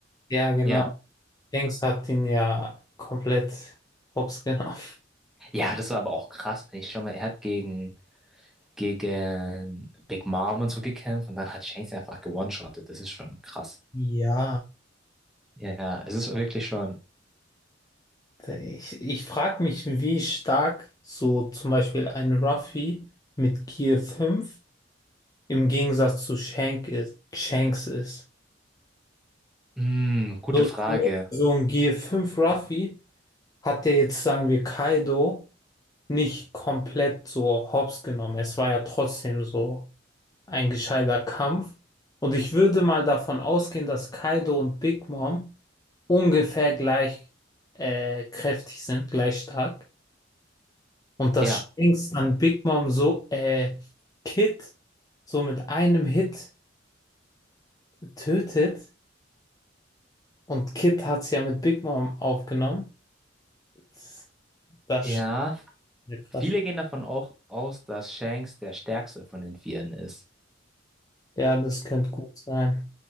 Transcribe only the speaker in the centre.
Ja.
Ja, das war aber auch krass. Ich schau mal, er hat gegen, gegen Big Mom und so gekämpft und dann hat Shanks einfach gewone-shottet. Das ist schon krass.
Ja, das ist wirklich schon.
Mm, gute
Frage.
Ja.
Ja.
Viele gehen davon auch aus, dass Shanks der stärkste von den Vieren ist.